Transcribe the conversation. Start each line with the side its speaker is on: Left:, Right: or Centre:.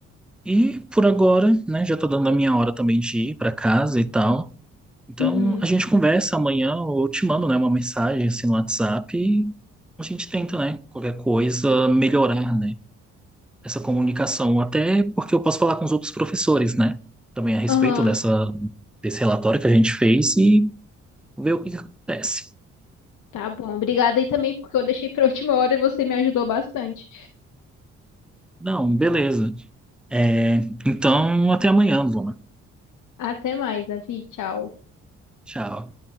Centre: E por agora, né, já tá dando a minha hora também de ir para casa e tal. Então
Left: Uhum.
Centre: a gente conversa amanhã, ou eu te mando, né, uma mensagem assim no WhatsApp A gente tenta, né? Qualquer coisa, melhorar, né? Essa comunicação. Até porque eu posso falar com os outros professores, né? Também a respeito
Left: Aham.
Centre: dessa, desse relatório que a gente fez e ver o que que acontece.
Left: Tá bom. Obrigada aí também porque eu deixei pra última hora e você me ajudou bastante.
Centre: Não, beleza. É, então, até amanhã, Bruna.
Left: Até mais, Davi. Tchau.
Centre: Tchau.